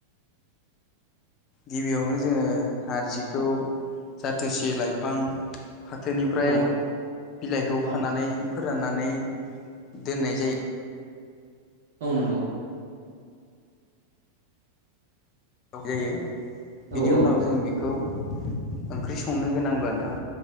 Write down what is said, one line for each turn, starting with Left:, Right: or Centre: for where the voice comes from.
Left: गिबियावनो जोङो नारजिखौ
Right: औ
Left: जाथोसि लाइफां फाथोनिफ्राय
Right: औ
Left: बिलाइखौ
Right: औ
Left: खानानै फोराननानै दोननाय जायो
Right: औ नंगौ
Left: जायो
Right: औ
Left: बिनि
Right: औ
Left: उनाव जों बे खौ ओंख्रि संनो गोनांब्ला नोंथां